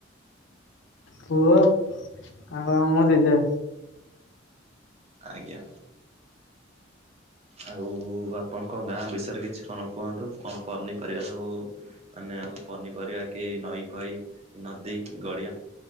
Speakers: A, on the left; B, on the right.
A: ପୁଅ ଆଉ ଆମ ଜେଜେ।
B: ଆଜ୍ଞା। ଆଉ ଆପଣଙ୍କ ନାଁ ବିଷୟରେ କିଛି କଣ କୁହନ୍ତୁ, କଣ ପନିପରିବା ସବୁ ମାନେ ପନିପରିବା କି ନଈ ଫଇ ନଦୀ ଗଡିଆ